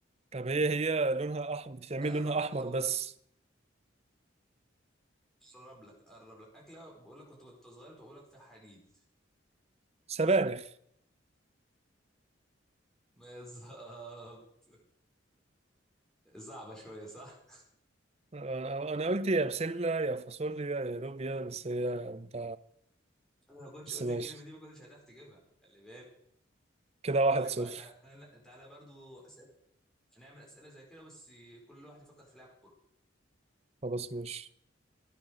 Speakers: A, on the right (about 30°); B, in the centre.
A: طب هي هي لونها احمر بتتعمل
B: اقرب
A: لونها احمر
B: لك قوي
A: بس
B: قرب لك قرب لك اكله بقول لك كنت كنت صغير بقول لك فيها حديد
A: سبانخ
B: بالظبط صعبه شويه صح
A: انا أنا قلت يا بسله يا فاصوليا يا لوبيا بس هي انت
B: انا لو كنتش
A: بس
B: قلت
A: ماشي
B: الكلمه دي ما كنتش هتعرف تجيبها خلي بالك
A: كده
B: اقول
A: واحد
B: لك
A: صفر
B: بقى تعالى تعالى برضو اسئله هنعمل اسئله زي كده بس كل واحد يفكر في لعب كوره
A: خلاص ماشي